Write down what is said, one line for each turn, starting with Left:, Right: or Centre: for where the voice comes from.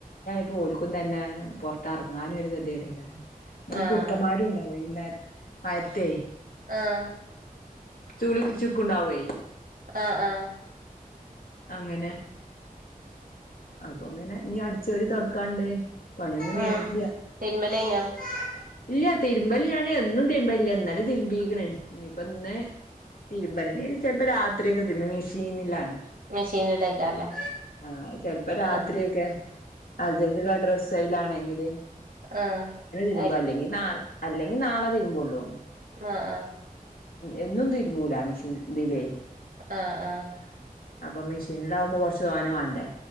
Left: പ്പോൽക്കുന്ന തന്നെ പുറത്ത്റങ്ങാനും ഒരു ഗതി <unintelligible> നീ
Right: ആഹ്
Left: കുർക്കന്മാരുണ്ടാവും ഇന്ന മയത്തേ
Right: ആഹ്
Left: ചൂളി കുടിച്ചക്കുണ്ടാവേ
Right: ആഹ ആഹ
Left: അങ്ങനെ അപ്പൊ അങ്ങനെ നീ അടിച്ചോര് തൊടക്കാണ്ട് പണിയൊന്നും കയിഞ്ഞിട്ടില്ല
Right: ഉം <unintelligible>
Left: ഇല്ല തിരുമ്പല് ഞാന് എന്നും തിരുമ്പലില്ല ഇന്നല് തിരുമ്പിക്കണ് ഇനിയിപ്പ ഇന്ന് തിരുമ്പില് ചിലപ്പോ രാത്രിക്കെ തിരുമ്പ് മിഷന്നില്ലാണ്
Right: മെഷീനിലിടേക്കാരല്ലേ
Left: ആ ചെലപ്പോ രാത്രിയക്കെ
Right: ആഹ്
Left: അർജന്റ്ള്ള ഡ്രസ്സ് സൈലാണെങ്കില്
Right: ആഹ
Left: തിരുമ്പ് അല്ലെങ്കി നാൾ അല്ലെങ്കിൽ നാളെ തതിരുമ്പോള്ളൂ
Right: ങാ ങാ
Left: എന്നും തീരുമൂല മെഷി ഇതിലേ
Right: ആ ആ
Left: അപ്പൊ മെഷീനിലാകുമ്പോൾ കുറച്ച് തോനെ വേണ്ടേ